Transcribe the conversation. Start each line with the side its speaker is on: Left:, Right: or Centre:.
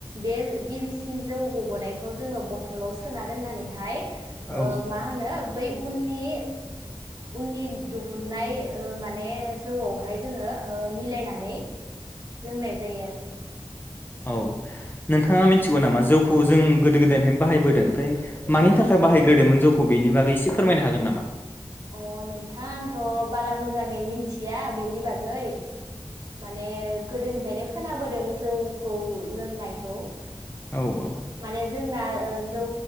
Right: बे गिबिसिन जौ गबोनायखौ जोङो बथलाव सोना दोननानैहाय ओ
Left: औ
Right: मा होनो बै उननि ओ नि दुहुननाय ओ माने जौआवहाय जोङो ओ मिलायनानै लोंनाय जायो आरो।
Left: औ नोंथाङा मिथिगौ नामा जौखौ जों गोदो गोदायनिफ्रायनो बाहायबोदों ओमफ्राय मानि थाखाय बाहायग्रोदोंमोन जौखौ बेनि बागै एसे फोरमायनो हागोन नामा?
Right: अ नोंथां आंथ' बारा मोजाङै मिथि थिया बेनि बागै माने गोदोनिफ्रायनो खोनाबोदों जौखौ लोंनायखौ
Left: औ
Right: माने जोंना ओ जौ